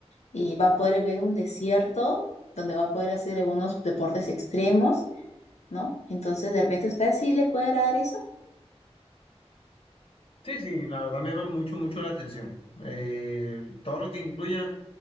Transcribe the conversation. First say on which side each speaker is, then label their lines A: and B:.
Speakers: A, on the left (about 85°); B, on the left (about 55°).
A: y va a poder ver un desierto donde va a poder hacer algunos deportes extremos, ¿no? Entonces, de repente, ¿usted sí le puede agradar eso?
B: Sí, sí, la verdad me llama mucho, mucho la atención. Eh, todo lo que incluya,